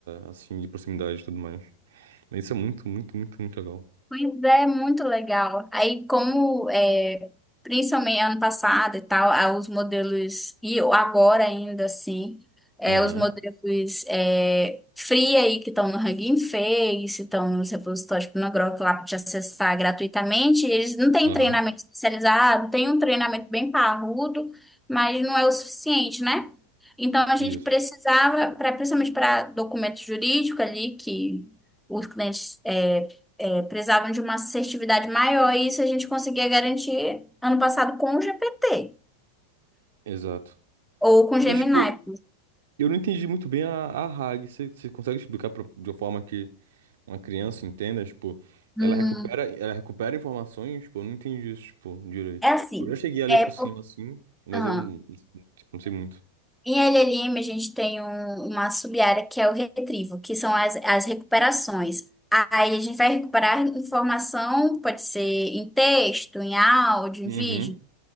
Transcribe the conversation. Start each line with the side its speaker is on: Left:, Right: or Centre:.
Right: assim, de proximidade e tudo mais. Mas Isso é muito, muito, muito, muito legal.
Centre: Pois é, muito legal. Aí, como é, principalmente ano passado e tal, ah, os modelos, e agora ainda assim, é,
Right: Aham,
Centre: os modelos é, free aí que estão no Hugging Face, estão nos repositórios pornográficos lá para te acessar gratuitamente, eles não têm
Right: aham.
Centre: treinamento especializado, tem um treinamento bem parrudo, mas não é o suficiente, né? Então, a gente
Right: Isso.
Centre: precisava, pra, principalmente para documento jurídico ali, que. Os clientes é, precisavam de uma assertividade maior, e isso a gente conseguia garantir ano passado com o GPT
Right: Exato.
Centre: ou com o
Right: Mas,
Centre: Gemini.
Right: tipo, eu não entendi muito bem a, a RAG. Você você consegue explicar pra- de uma forma que uma criança entenda? Tipo, ela
Centre: Hum,
Right: recupera, ela recupera informações? Tipo, eu não entendi isso, tipo, direito.
Centre: É assim,
Right: Eu já cheguei a ler
Centre: é
Right: por
Centre: por...
Right: cima, assim, mas
Centre: ah,
Right: eu tipo, não sei muito.
Centre: em LLM a gente tem um- uma sub-área que é o retrivo, que são as, as recuperações. Aí a gente vai recuperar informação, pode ser em texto, em áudio,
Right: Uhum,
Centre: em vídeo.